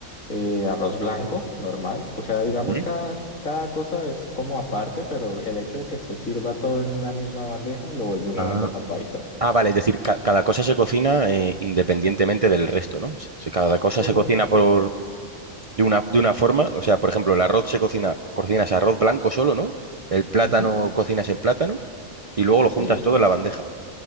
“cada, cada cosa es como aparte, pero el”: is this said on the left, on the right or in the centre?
Left